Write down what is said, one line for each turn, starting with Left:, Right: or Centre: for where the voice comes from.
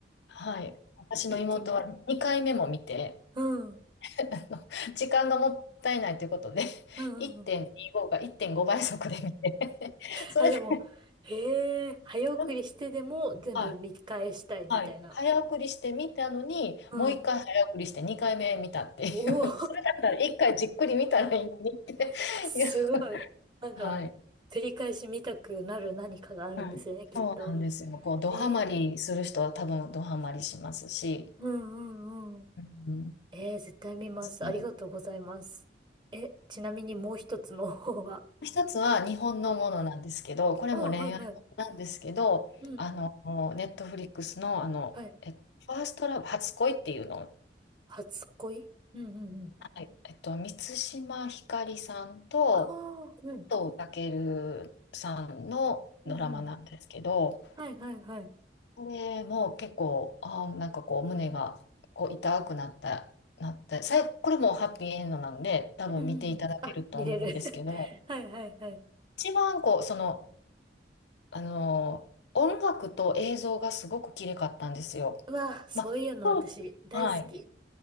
Left: はい。私の妹は2回目も見て、
Right: う。一気見。うん。うん
Left: <laughs> あの時間がもったいないということで、<laughs>
Right: うんうん。
Left: 1.25か1.5倍速で見て、<laughs> それで、
Right: あ、でも、へえ、早送りしてでも全部見返したいみたいな。
Left: <laughs> はい、はい、早送りして見たのに、
Right: うん。
Left: もう1回早送りして2回目見たっていう。
Right: おお、
Left: <laughs> だから1回じっくり見たらいいのにって
Right: <laughs> すごい。
Left: いう。<laughs>
Right: なんか、
Left: はい。
Right: 繰り返し見たくなる何かがあるんですよね、
Left: はい。
Right: きっと。
Left: そうなんですよ。こう、ドハマりする人は多分ドハマりしますし、
Right: えーうんうんうん。
Left: うん、
Right: えー、絶対見ます。
Left: ね
Right: ありがとうございます。え、ちなみにもう一つの方は。
Left: 一つは日本のものなんですけど、
Right: <laughs> うん。
Left: これも恋愛なんですけど、
Right: あはいはい。うん。
Left: あの、ネットフリックスの、あの、
Right: はい。
Left: えファーストラブ、初恋っていうのを、
Right: 初恋うんうんうん。
Left: はいえっと、満島ひかりさんと、
Right: ああ、うん。
Left: と藤健さんのドラマなんですけど、
Right: うんうん。はいはいはい。
Left: これも結構、あー、なんかこう、胸がこう痛くなった、なって、さいこれもハッピーエンドなんで、多分見ていただけると思うんですけど、
Right: うんうんうん。あ、見れる。<laughs> はいはいはい。
Left: 一番こう、その、あの、音楽と映像がすごく綺麗かったんですよ。
Right: うわ、そういうの私大好き。
Left: まあ、そうはい。